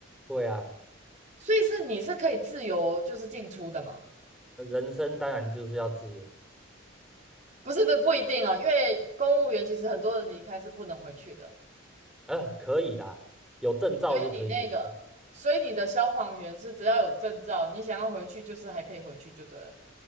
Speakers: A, in the centre; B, on the right.
A: 会啊，
B: 所以是你是可以自由就是进出的嘛？
A: 呃人生当然就是要自由，
B: 不是，不不一定哦，因为公务员其实很多人离开是不能回去的。
A: 嗯、可以啦，有证照就可以回去。
B: 所以你那个，所以你的消防员是只要有证照，你想要回去就是还可以回去就对了。